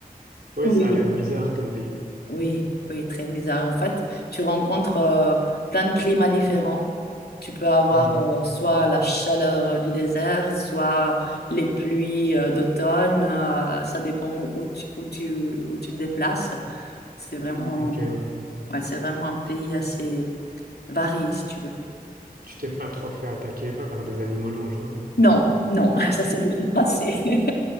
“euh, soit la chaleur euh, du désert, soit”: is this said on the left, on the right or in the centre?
Left